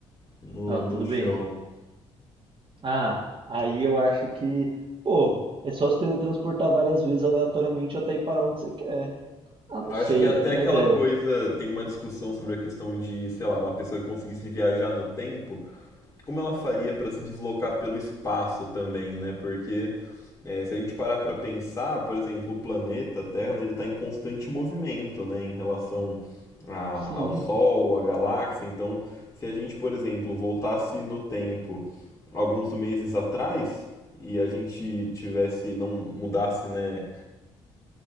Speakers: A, on the left; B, on the right.
A: no,
B: Ah, tudo
A: no chão.
B: bem. Ah, aí eu acho que, pô, é só se teletransportar várias vezes aleatoriamente até ir para onde você quer. Ah, não
A: Eu Acho
B: sei,
A: que até
B: mas
A: aquela
B: é.
A: coisa, tem uma discussão sobre a questão de, sei lá, uma pessoa que conseguisse viajar no tempo. como ela faria para se deslocar pelo espaço também, né? Porque é, se a gente parar para pensar, por exemplo, o planeta Terra, né, ele está em constante movimento, né, em relação a-
B: Sim,
A: ao Sol, à galáxia. Então, se a gente, por exemplo, voltasse no tempo alguns meses atrás e a gente tivesse, não mudasse, né,